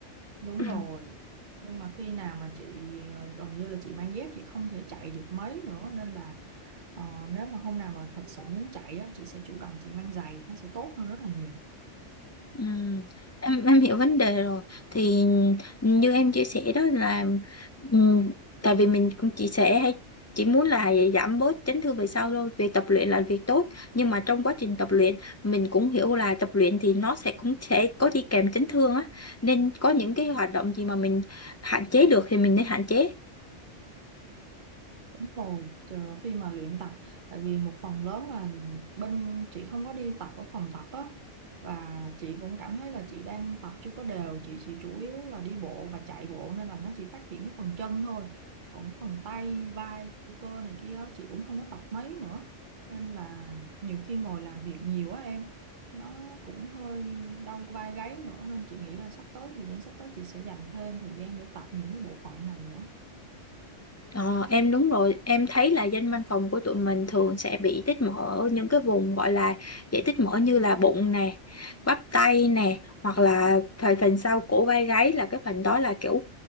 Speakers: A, on the right; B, on the left.
A: đúng
B: <clears throat>
A: rồi nhưng mà khi nào mà chị ờ, gần như là chị mang dép chị không thể chạy được mấy nữa nên là ờ, nếu mà hôm nào mà thật sự muốn chạy á chị sẽ chủ động chị mang giày nó sẽ tốt hơn rất là nhiều
B: Ừ, Ừ, em em hiểu vấn đề rồi thì như em chia sẻ đó là ừ, tại vì mình cũng chia sẻ hay chỉ muốn là giảm bớt chấn thương về sau thôi việc tập luyện là việc tốt nhưng mà trong quá trình tập luyện mình cũng hiểu là tập luyện thì nó sẽ cũng sẽ có đi kèm chấn thương á nên có những cái hoạt động gì mà mình hạn chế được thì mình nên hạn chế
A: Đúng rồi, chờ khi mà luyện tập tại vì một phần lớn là bên chị không có đi tập ở phòng tập á và chị cũng cảm thấy là chị đang tập chưa có đều chị chỉ chủ yếu là đi bộ và chạy bộ nên là nó chỉ phát triển cái phần chân thôi còn cái phần tay vai cơ này kia á, chị cũng không có tập mấy nữa nên là nhiều khi ngồi làm việc nhiều á em nó cũng hơi đau vai gáy nữa nên chị nghĩ là sắp tới thời gian sắp tới chị sẽ dành thêm thời gian để tập những cái bộ phận này nữa
B: Ờ, em đúng rồi, em thấy là dân văn phòng của tụi mình thường sẽ bị tích mỡ ở những cái vùng gọi là dễ tích mỡ như là bụng nè, bắp tay nè, hoặc là phần phần sau cổ vai gáy là cái phần đó là kiểu